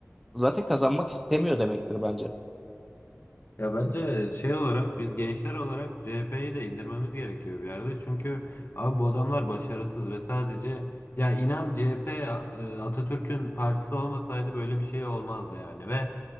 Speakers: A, in the centre; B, on the left.
A: zaten kazanmak istemiyor demektir bence.
B: ya bence şey olarak biz gençler olarak CHP'yi de indirmemiz gerekiyor bir yerde. Çünkü abi bu adamlar başarısız ve sadece ya inan CHP e, Atatürk'ün partisi olmasaydı böyle bir şey olmazdı yani ve